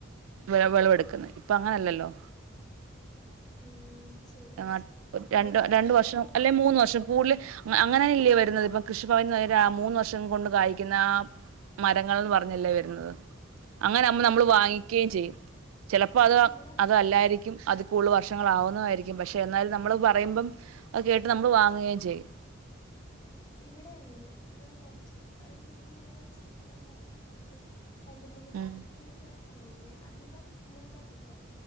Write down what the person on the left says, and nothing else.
ഉം ശരിയാ
ഇവിടെ
ഇവിടെന്ന്
പറഞ്ഞാ
ഉം
ഇവിടെ
ഇവിടെയുണ്ട് ഇവിടെ കൊറച്ച് ഒരു മൂന്നാലു വർഷം മുമ്പ് എന്റെ അപ്പാപ്പനൊരു രണ്ട് മൂന്ന് കരിക്കിന്റെ
സംഭവയില്ലേ അധികം മൂക്കത്തില്ല